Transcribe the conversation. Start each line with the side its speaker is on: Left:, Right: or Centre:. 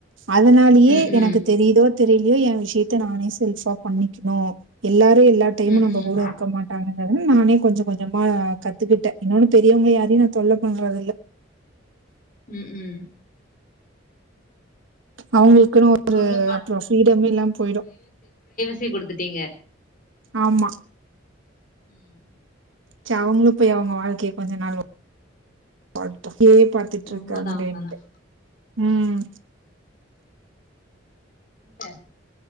Right: அதுனாலயே
Left: ம் ம்
Right: எனக்கு தெரிதோ தெரிலையோ எ விஷயத்த நானே செல்ஃபா பண்ணிகணு எல்லாரு எல்லா டைமும்
Left: ம்
Right: நம்ப
Left: ம்
Right: கூட இருக்க மாட் ம் நானே கொஞ்சோ கொஞ்சோமா கத்துகுட்டே இன்னொன்னு பெரியவுங்க யாரையு நா தொல்ல பண்றது இல்ல
Left: ம் ம்
Right: அவுங்குள்குனு ஒரு
Left: சொல்லுப்பா
Right: அப்றோ ஃரீடம் இல்லாம போய்டு
Left: டி குடுத்துட்டீங்க
Right: ஆமா
Left: ம்
Right: ஜம்னு போய் அவுங்க வாழ்கைய கொஞ்சோ நாள் ஓட்டு ஏ பாத்துட்ருக்காங்ளேன்டு
Left: உண்மதா உண்மதா
Right: ம்
Left: ட்ட